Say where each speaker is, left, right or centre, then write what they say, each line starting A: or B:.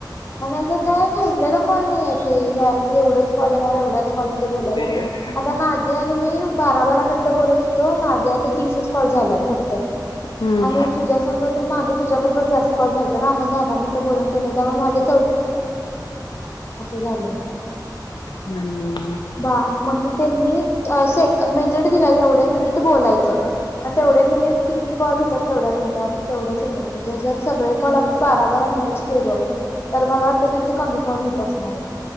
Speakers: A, on the left; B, on the left.
A: म्हणे असं काय ठरलेला कॉल नाहीयेत हे एवढच कॉल येणार एवढच एवढेच कॉल मध्ये बोलायचं
B: हम्म.
A: आता नाझिया आणि मी बारा बारा मिनिट बोलत होतो. नाझियाच तीसच कॉल झाल्यात फक्त
B: हम्म.
A: आणि तुझ्या संगतीन माझं तुझ्याबरोबर जास्त कॉल झालत आपण दहा दहा मिनिटे बोलून ठेवलं त्यामुळे माझं
B: <unintelligible>
A: झालंय.
B: हम्म ह <inaudible>
A: बा मग त्यांनी सेक मिनिट दिला एवढे मिनिट बोलायचं मग तेवढे मिनिट किती कॉल होेतात तेवढ्या मिनिटात तेवढच येतात म्हणजे जर सगळे कॉल आपण बारा बारा मिनिटाचे केलो तर मला वाटते त्यांचे कमी कॉल होत असणारे.